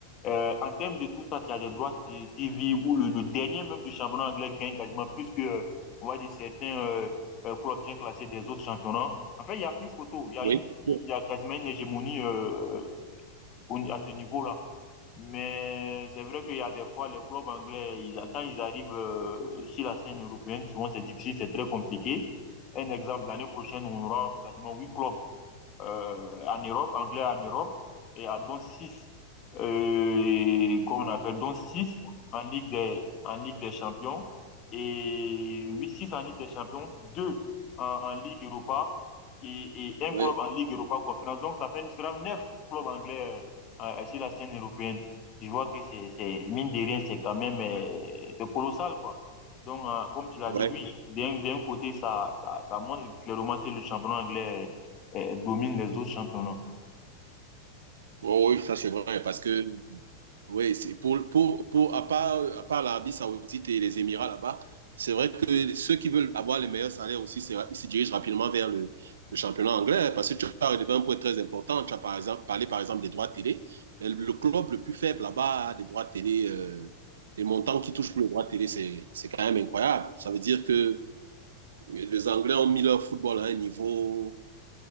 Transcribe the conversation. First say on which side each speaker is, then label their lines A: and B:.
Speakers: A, on the left; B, on the right.
A: Euh, en termes de tout ça, il y a des droits TV où le, le, dernier même du championnat anglais gagne quasiment plus que, euh, on va dire, certains euh, euh, clubs bien classés des autres championnats. En fait, il n'y a plus photo. Il y a,
B: oui,
A: une,
B: bien
A: il
B: sûr.
A: y a quasiment une hégémonie euh, à ce niveau-là. Mais c'est vrai qu'il y a des fois, les clubs anglais, ils, quand ils arrivent euh, sur la scène européenne, souvent c'est difficile, c'est très compliqué. Un exemple, l'année prochaine, on aura quasiment huit clubs euh, en Europe, anglais en Europe, et à dont 6 euh, comment on appelle, dont 6 en Ligue des, en Ligue des Champions, et huit six en Ligue des Champions, 2 en, en Ligue Europa, et, et un
B: Oui,
A: club en Ligue Europa Conférence. Donc, ça fait sera 9 clubs anglais euh, euh, sur la scène européenne. Tu vois que c'est, c'est mine de rien, c'est quand même euh, c'est colossal, quoi. Donc, euh, comme tu l'as
B: oui,
A: dit, oui, d'un, d'un côté, ça, ça, ça montre clairement que le championnat anglais euh, domine les autres championnats.
B: oui, oui, ça c'est vrai, parce que Oui, c'est pour, pour, pour, à part, à part l'Arabie Saoudite et les Émirats là-bas, c'est vrai que ceux qui veulent avoir les meilleurs salaires aussi, c'est- ils se dirigent rapidement vers le, le championnat anglais hein, parce que tu as relevé un point très important. Tu as par exemple, parlé par exemple des droits de télé. Euh, Le club le plus faible là-bas a des droits de télé. euh, les montants qui touchent pour les droits de télé, c'est, c'est quand même incroyable. Ça veut dire que les Anglais ont mis leur football à un niveau,